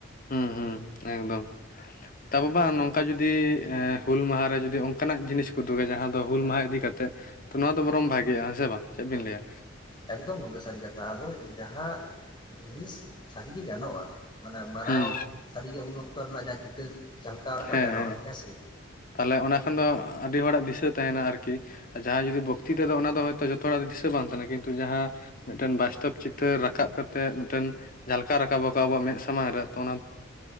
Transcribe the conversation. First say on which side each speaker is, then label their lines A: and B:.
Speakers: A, on the left (about 45°); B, on the left (about 25°).
A: ᱦᱩᱸ ᱦᱩᱸ ᱮᱠᱫᱚᱢ ᱛᱟᱵᱮ ᱵᱟᱝ ᱱᱚᱝᱠᱟ ᱡᱩᱫᱤ ᱦᱩᱞ ᱢᱟᱦᱟ ᱨᱮ ᱡᱩᱫᱤ ᱚᱱᱠᱟᱱᱟᱜ ᱡᱤᱱᱤᱥ ᱠᱚ ᱩᱫᱩᱜᱟ ᱡᱟᱦᱟᱸ ᱫᱚ ᱦᱩᱞ ᱢᱟᱦᱟ ᱤᱫᱤ ᱠᱟᱛᱮᱫ ᱛᱚ ᱱᱚᱣᱟ ᱫᱚ ᱵᱚᱨᱚᱢ ᱵᱷᱟᱜᱤᱜᱼᱟ ᱦᱮᱸ ᱥᱮ ᱵᱟᱝ ᱪᱮᱫ ᱵᱤᱱ ᱞᱟᱹᱭᱟ
B: ᱮᱠᱫᱚᱢ ᱜᱚᱢᱠᱮ ᱥᱟᱹᱨᱤ ᱠᱟᱛᱷᱟ ᱟᱵᱚ ᱡᱟᱦᱟᱸ ᱡᱤᱱᱤᱥ ᱥᱟᱹᱨᱤᱜᱮ ᱜᱟᱱᱚᱜᱼᱟ ᱢᱟᱱᱮ ᱢᱟᱱᱟᱣ
A: ᱦᱩᱸ
B: ᱥᱟᱹᱨᱤᱜᱮ ᱩᱱ ᱚᱠᱛᱚ ᱨᱮᱱᱟᱜ ᱡᱟᱦᱟᱸ ᱪᱤᱛᱟᱹᱨ ᱡᱷᱟᱞᱠᱟᱣ ᱨᱟᱠᱟᱵ
A: ᱦᱮᱸ
B: ᱜᱟᱱᱚᱜᱼᱟ
A: ᱦᱮᱸ
B: ᱥᱮ
A: ᱛᱟᱦᱞᱮ ᱚᱱᱟ ᱠᱷᱟᱱ ᱫᱚ ᱟᱹᱰᱤ ᱦᱚᱲᱟᱜ ᱫᱤᱥᱟᱹ ᱛᱟᱦᱮᱸᱱᱟ ᱟᱨᱠᱤ ᱟᱨ ᱡᱟᱦᱟᱸᱭ ᱡᱩᱫᱤ ᱵᱷᱚᱠᱛᱤ ᱛᱚ ᱫᱚ ᱚᱱᱟ ᱫᱚ ᱦᱚᱭᱛᱳ ᱡᱚᱛᱚ ᱦᱚᱲᱟᱜ ᱫᱚ ᱫᱤᱥᱟᱹ ᱵᱟᱝ ᱛᱟᱦᱮ ᱠᱤᱱᱛᱩ ᱡᱟᱦᱟᱸ ᱢᱤᱫᱴᱮᱱ ᱵᱟᱥᱛᱚᱵ ᱪᱤᱛᱟᱹᱨ ᱨᱟᱠᱟᱵᱽ ᱠᱟᱛᱮᱫ ᱢᱤᱫᱴᱮᱱ ᱡᱷᱟᱞᱠᱟ ᱨᱟᱠᱟᱵᱟ ᱠᱚ ᱟᱵᱚᱣᱟᱜ ᱢᱮᱫ ᱥᱟᱢᱟᱝ ᱨᱮ ᱛᱚ ᱚᱱᱟ